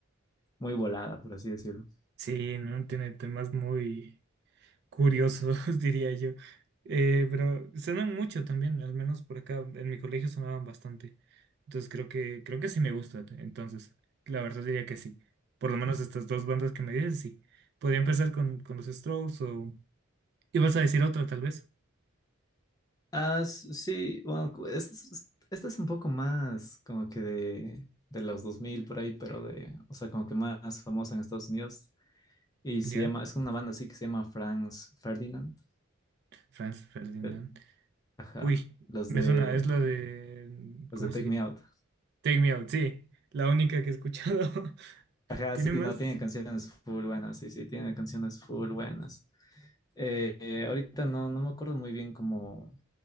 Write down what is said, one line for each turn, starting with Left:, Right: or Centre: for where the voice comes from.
Left: muy volada, por así decirlo.
Right: Sí, ¿no? Tiene temas muy curiosos, <laughs> diría yo. Eh, pero sonan mucho también, al menos por acá. En mi colegio sonaban bastante. Entonces creo que, creo que sí me gusta. Entonces, la verdad diría que sí. Por lo menos estas dos bandas que me dices, sí. Podría empezar con, con los Strokes o... ¿Ibas a decir otra, tal vez?
Left: Ah, s- sí, bueno, cu- es- es- esta es un poco más como que de, de los 2000 por ahí, pero de, o sea, como que más famosa en Estados Unidos. Y
Right: ¿Ya?
Left: se llama, es una banda así que se llama Franz Ferdinand.
Right: Franz Ferdinand.
Left: de- Ajá,
Right: Uy,
Left: los
Right: me
Left: de,
Right: suena, es la de,
Left: los
Right: ¿cómo
Left: de Take
Right: se llama?
Left: Me Out.
Right: Take Me Out, sí, la única que he escuchado. <laughs>
Left: Ajá,
Right: ¿Tiene
Left: sí,
Right: más?
Left: no, tiene canciones full buenas, sí, sí, tiene canciones full buenas. Eh, eh, ahorita no, no me acuerdo muy bien como,